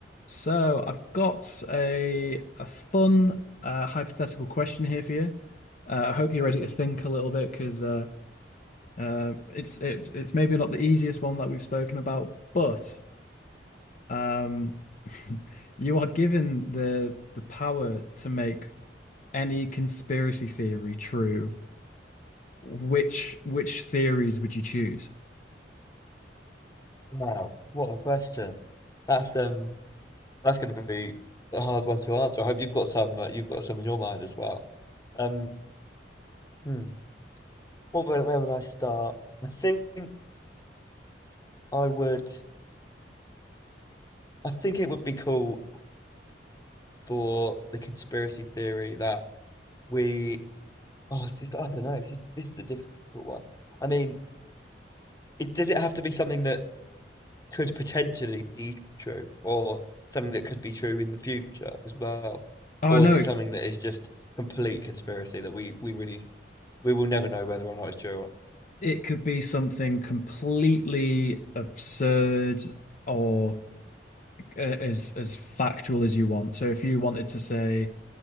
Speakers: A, on the left; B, on the left.
A: So I've got a a fun uh, hypothetical question here for you. Uh, I hope you're ready to think a little bit because uh, uh, it's it's it's maybe not the easiest one that we've spoken about, but um, <laughs> you are given the the power to make any conspiracy theory true. Which which theories would you choose?
B: Wow, what a question. That's um that's going to be a hard one to answer. I hope you've got some uh, you've got some in your mind as well. Um, hmm, what would, where would I start? I think I would I think it would be cool for the conspiracy theory that we oh it's- I don't know this is this is a difficult one. I mean, it does it have to be something that could potentially be true or something that could be true in the future as well?
A: Oh
B: Or
A: no,
B: is it
A: it,
B: something that is just complete conspiracy that we, we really we will never know whether or not it's true? Or,
A: it could be something completely absurd or. as as factual as you want. So if you wanted to say